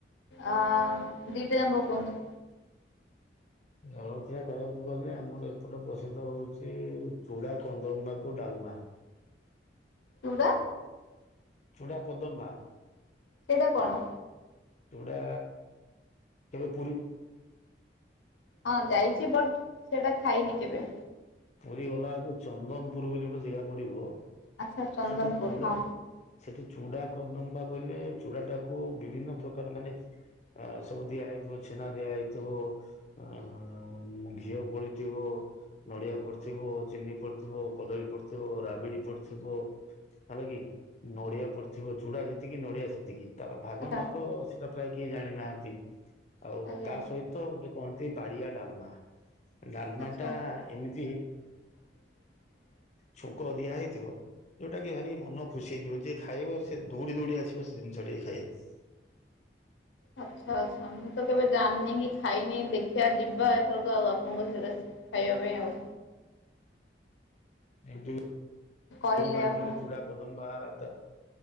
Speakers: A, on the left; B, on the left.
A: ଆ ଦିଟା ଜାଙ୍କ କୁହନ୍ତୁ।
B: ଜଳଖିଆ କହିବାକୁ ଗଲେ ଆମର ଏପଟେ ପ୍ରସିଦ୍ଧ ହଉଛି ଚୁଡ଼ା କଦମ୍ବା କୁ ଡାଲମା।
A: ଚୁଡ଼ା?
B: ଚୁଡ଼ା କଦମ୍ବା।
A: ସେଇଟା କଣ?
B: ଚୁଡ଼ା ପ
A: ହଁ ଯାଇଛି ବଟ୍, ସେଟା ଖାଇନି କେବେ।
B: ପୁରୀ ଗଲାବେଳକୁ ଚନ୍ଦନପୁର ବୋଲି ଗୋଟେ ଜେଗା ପଡିବ।
A: ଆଚ୍ଛା ଚନ୍ଦନପୁର
B: ସେଠି ଚୁଡ଼ା,
A: ହଁ
B: ସେଠି ଚୁଡ଼ା କଦମ୍ବା କହିଲେ ଚୁଡ଼ାଟାକୁ ବିଭିନ୍ନ ପ୍ରକାର ମାନେ ସବୁ ଦିଆହେଇ ପୁର, ଛେନା ଦିଆ ହେଇଥିବ ଆ ଆ ଘିଅ ପଡିଥିବ ନଡିଆ ପଡ଼ିଥିବ, ଚିନି ପଡ଼ିଥିବ, କଦଳୀ ପଡିଥିବ, ରାବିଡ଼ି ପଡ଼ିଥିବ ହେଲାକି, ନଡ଼ିଆ ପଡ଼ିଥିବ, ଚୁଡ଼ା ଯେତିକି ନଡିଆ ସେତିକି। ତାର ଭାଗ
A: ସେଟା
B: ମାପ ସେଟା ପ୍ରାୟ କେହି ଜାଣିନାହାନ୍ତି, ଆଉ
A: ଆଜ୍ଞା।
B: ତା ସହିତ ଗୋଟେ କହନ୍ତି ବାଡିଆ ଡାଲମା। ଡାଲମା
A: ଆଚ୍ଛା
B: ଟା ଏମିତି
A: <inaudible>
B: ବା ଛୁଙ୍କ ଦିଆହେଇଥିବ ଯୋଉଟା କି ମନ ଖୁସି ହେଇଯିବ, ଯିଏ ଖାଇବ ସେ ଦୌଡ଼ି ଦୌଡ଼ି ଆସିବ, ସେ ଜିନିଷ ଟି ଖାଇବାକୁ।
A: ଆଚ୍ଛା ଆଚ୍ଛା ମୁଁ ତ କେବେ ଜାଣିନି କି, ଖାଇନି, ଦେଖିଆ ଯିବା ଏଥରକ ଆଉ ଆପଣଙ୍କ ସେଆଡ଼େ ଖାଇବା ପାଇଁ ଆଉ।
B: ୟୁଟ୍ୟୁବ
A: କହିଲେ
B: <unintelligible> ମାରିଦେଲେ
A: ଆପଣ
B: ଚୁଡ଼ା କଦମ୍ବା ଟା